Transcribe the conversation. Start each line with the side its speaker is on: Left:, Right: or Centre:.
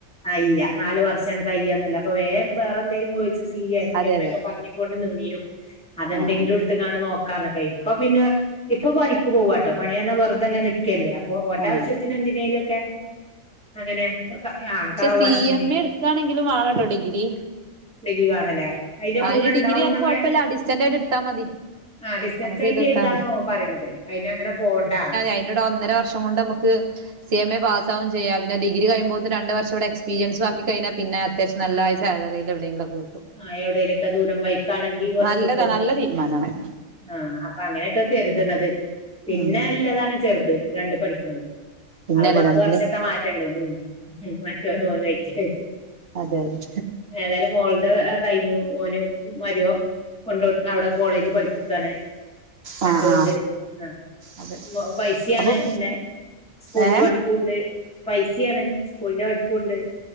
Centre: ആയീല്ല്യ, നാല് വർഷണ് കയ്യന്നല്ല പ്പൊ, വേം, വേറെന്തേലും, കോയിച്ച്. സി യ്യെ, സിയെ,
Right: അതെ
Centre: എമ്മൊക്കെ,
Right: അതെ
Centre: പറഞ്ഞുകൊണ്ട് നിന്നീനു. അതെ,
Right: ആഹ്
Centre: ന്തേങ്കിലും ടുത്തു ങ്ങാണ്ട് നോ <unintelligible> ഇപ്പൊ, പിന്ന ഇപ്പൊ പണിക്ക് പോവാട്ടോ? പണിന്നർഞ വെറുതെങ്ങനെ നി ക്കല്ലേ. അപ്പൊ, ഓൻ്റാ
Right: ആഹ്
Centre: വശ്യത്തിനെന്തി നേലക്കെ. അങ്ങനെ, ആഹ്
Right: ക്ഷെ
Centre: കാർ
Right: സി,
Centre: വാഷിങ്ങിന്
Right: എം, എ, ട്ക്കാണെങ്കിലും വാണട്ടോ. ഡിഗ്രി
Centre: ഡിഗ്രീ വാണല്ലേ? അയിന്റെ
Right: അതിന്
Centre: കൂടെ ണ്ടാവുന്നൊക്കെ.
Right: ഡിഗ്രി അത് കുഴപ്പമില്ല ഡിസ്റ്റന്റ് ആയിട്ട് എടുത്താൽ മതി
Centre: ആഹ്, ഡിസ്റ്റൻസായിട്ട്
Right: നമുക്ക് ചെയ്തെടുത്താ
Centre: എഴുതാ
Right: മതി
Centre: ന്നോൻ പറയ്ണത്. അയിനങ്ങനെ പോണ്ടാന്ന്.
Right: അയിന്റെടെ ഒന്നര വർഷംകൊണ്ട് നമുക്ക്. സി, എം, എ, പാസാവു ചെയ്യാം, പിന്ന, ഡിഗ്രീ കഴിയ്പോത്തിന് രണ്ട്, വർഷംവിടെ എക്സ്പീരിയൻസും ആക്കികഴിഞ്ഞാ പിന്നേ, അത്യാവഷ്യം നല്ല സാലറീ ലെവിടേങ്കിലൊക്കെ കി
Centre: ആഹ്, എവിടേലൊക്കെ ദൂരം വൈക്കാണെങ്കി കൊറച്ച്
Right: നല്ലതാ
Centre: കിട്ടും.
Right: നല്ല തീരുമാനമാണ്
Centre: ആഹ്, അ പ്പങ്ങനെക്കെ കെരുത്ണത്. പിന്നെല്ലതാണ്
Right: ഉം
Centre: ചെറുത്. രണ്ട് പഠിക്ക്ണത്.
Right: പിന്നല്ലേ
Centre: അത്, പത്ത്
Right: രണ്ടില്
Centre: വർഷത്തെ മാറ്റണ്ട്. ഉം, മറ്റോനും ഓനോയിറ്റ്.
Right: അതെ, യതെ?
Centre: ഏതാലും, മോൾദ അ, ആ കഴിഞ്ഞു. ഓന്, മരോം. കൊണ്ടോട് അവടെ, കോളേജ് പഠിപ്പിക്കണ്.
Right: ആ
Centre: രണ്ടു
Right: ആ
Centre: ണ്ട്, ആഹ്,
Right: അതെ
Centre: ഫൈസിയാണ്
Right: അപ്പം
Centre: പിന്നെ, സ്കൂളിന്റെ
Right: ഏ
Centre: പഠി പ്പുണ്ട്. ഫൈസിയാണ്, സ്കൂളിന്റെ പഠിപ്പുണ്ട്.